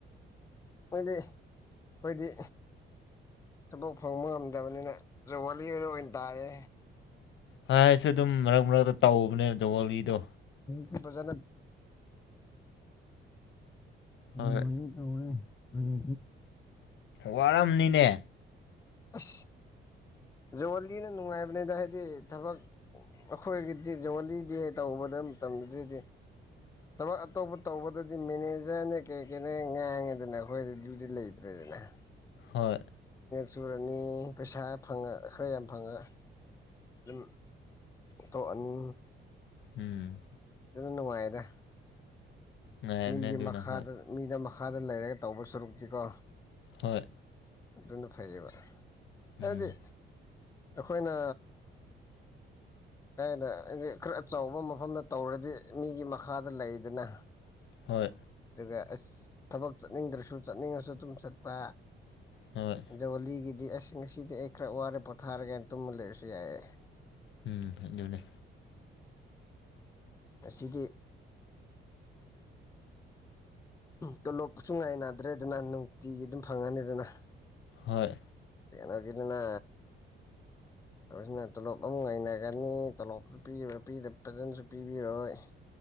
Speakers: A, on the left (about 15°); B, on the left (about 70°).
A: ꯑꯗꯤ ꯑꯩꯈꯣꯏꯗꯤ ꯊꯕꯛ ꯐꯪꯕ ꯉꯝꯗꯕꯅꯤꯅ ꯖꯨꯒꯂꯤ ꯑꯗꯨ ꯑꯣꯏꯅ ꯇꯥꯔꯦ
B: ꯍꯥꯏꯁꯨ ꯑꯗꯨꯝ ꯃꯔꯛ ꯃꯔꯛꯇ ꯇꯥꯎꯕꯅꯦ ꯖꯋꯥꯣꯜꯒꯤꯗꯣ
A: ꯐꯣꯡꯗ꯭ꯔ
B: ꯍꯣꯏ
A: ꯌꯥꯋꯥꯅꯤ ꯇꯧ ꯑꯣꯏꯣꯏ ꯃꯅꯤ
B: ꯋꯥꯔꯝꯅꯤꯅꯦ
A: ꯑꯁ ꯖꯨꯂꯤꯅ ꯅꯨꯡꯉꯥꯏꯕꯅꯤꯗ ꯍꯥꯏꯗꯤ ꯊꯕꯛ ꯑꯩꯈꯣꯏꯒꯤꯗꯤ ꯖꯂꯤꯗꯤ ꯇꯧꯕꯗ ꯃꯇꯝꯗꯨꯗꯗꯤ ꯊꯕꯛ ꯑꯇꯣꯞꯄ ꯇꯧꯕꯗꯗꯤ ꯃꯦꯅꯦꯖꯔꯅꯦ ꯀꯩ ꯀꯩꯅꯦ ꯉꯥꯡꯉꯦꯗꯅ ꯑꯩꯈꯣꯏꯗꯤ ꯂꯩꯇ꯭ꯔꯦꯗ <unintelligible> <inaudible>
B: ꯍꯣꯏ
A: ꯆꯨꯔꯅꯤ ꯄꯩꯁꯥ ꯐꯪꯉ ꯈꯔ ꯌꯥꯝ ꯐꯪꯉꯛ ꯑꯗꯨ ꯇꯣ ꯑꯅꯤ
B: ꯎꯝ
A: ꯑꯗꯨꯅꯅꯨꯡ ꯃꯗ
B: ꯉꯥꯏꯔꯝꯅꯦ
A: ꯃꯤꯒꯤ
B: ꯑꯗꯨꯅ
A: ꯃꯈꯗ
B: ꯍꯣꯏ
A: ꯃꯤꯅ ꯃꯈꯥꯗ ꯂꯩꯔꯒ ꯇꯧꯕ ꯁꯔꯨꯛꯇꯤꯀꯣ
B: ꯍꯣꯏ
A: ꯑꯗꯨꯅ ꯐꯥꯏꯌꯦꯕ
B: ꯎꯝ
A: ꯍꯗꯤ <inaudible> <unintelligible> ꯑꯩꯈꯣꯏꯅ ꯀꯅ ꯈꯔ ꯑꯆꯧꯕ ꯃꯐꯝꯗ ꯇꯧꯔꯗꯤ ꯃꯤꯒꯤ ꯃꯈꯥꯗ ꯂꯩꯗꯅ
B: ꯍꯣꯏ
A: ꯑꯗꯨꯒ ꯑꯁ ꯊꯕꯛ ꯆꯠꯅꯤꯡꯗ꯭ꯔꯁꯨ ꯆꯠꯅꯤꯡꯉꯁꯨ ꯑꯗꯨꯝ ꯆꯠꯄ
B: ꯍꯣꯏ
A: ꯍꯟꯖꯧꯂꯤꯒꯤ ꯑꯗꯨꯗꯤ ꯑꯁ ꯉꯁꯤꯗꯤ ꯑꯩ ꯈꯔ ꯋꯥꯔꯦ ꯄꯣꯊꯥꯔꯒꯦꯅ ꯇꯨꯝꯃ ꯂꯩꯔꯁꯨ ꯌꯥꯏꯌꯦꯦ
B: ꯎꯝ ꯍꯥꯏꯖꯣꯂꯦ
A: ꯉꯁꯤꯗꯤ ꯇꯣꯂꯣꯞ ꯁꯨꯡ ꯉꯥꯏꯅꯅꯥꯗ꯭ꯔꯦꯗꯅ ꯅꯨꯡꯇꯤꯒꯤ ꯑꯗꯨꯝ ꯐꯪꯉꯅꯤꯗꯅ
B: ꯍꯣꯏ
A: ꯀ ꯏꯅꯅ ꯑꯗꯨꯅ ꯇꯣꯂꯣꯞ ꯑꯃꯨꯛ ꯍꯩꯅꯒꯅꯤ ꯇꯣꯂꯣꯞ ꯄꯤ ꯄ ꯐꯖꯅꯁꯨ ꯄꯤꯕꯤꯔꯣꯏ